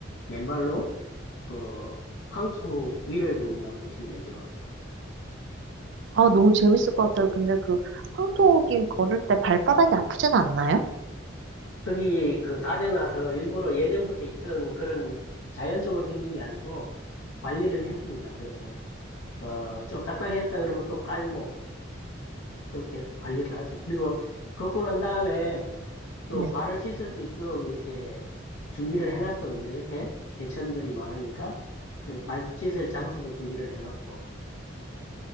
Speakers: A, on the left; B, on the right.
A: 맨발로 그 황토 위를 걷는다고 보시면 되죠.
B: 아, 너무 재밌을 것 같아요. 근데 그 황토길 걸을 때 발바닥이 아프진 않나요?
A: 거기 그 다져놔서 일부러 예전부터 있던 그런 자연적으로 생긴 게 아니고 관리를 해줍니다. 그래서 어, 좀 딱딱했다 그러면 또 깔고 그렇게 해서 관리를 하죠. 그리고 걷고 난 다음에 또
B: 네.
A: 발을 씻을 수 있도록 이렇게 준비를 해놨거든요. 옆에 개천들이 많으니까. 그래서 발 씻을 장소도 준비를 해놨고.